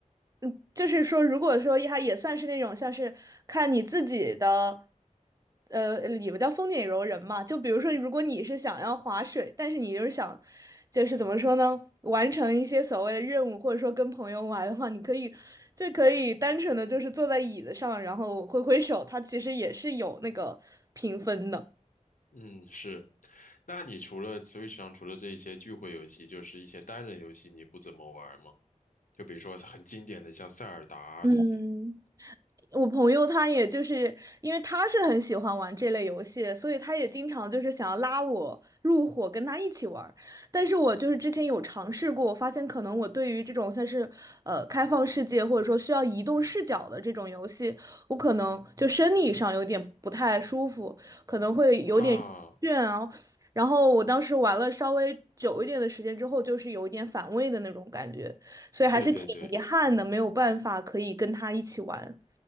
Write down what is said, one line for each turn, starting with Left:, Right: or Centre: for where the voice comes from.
Right: 嗯，就是说，如果说它也算是那种像是看你自己的，呃，里边叫风景柔人嘛。就比如说，如果你是想要划水，但是你就是想，就是怎么说呢，完成一些所谓的任务，或者说跟朋友玩的话，你可以就可以单纯的就是坐在椅子上，然后挥挥手，它其实也是有那个评分的。
Left: 嗯，是。那你除了 Switch 上除了这一些聚会游戏，就是一些单人游戏，你不怎么玩吗？就比如说很经典的像塞尔达啊这些
Right: 嗯。我朋友他也就是因为他是很喜欢玩这类游戏，所以他也经常就是想要拉我入伙跟他一起玩儿但是我就是之前有尝试过，我发现可能我对于这种算是呃开放世界或者说需要移动视角的这种游戏，我可能就生理上有点不太舒服，可能会有点倦啊。
Left: 啊，
Right: 然后我当时玩了稍微久一点的时间之后，就是有一点反胃的那种感觉，所以还是挺遗憾的，
Left: 对对对，
Right: 没有办法可以跟他一起玩。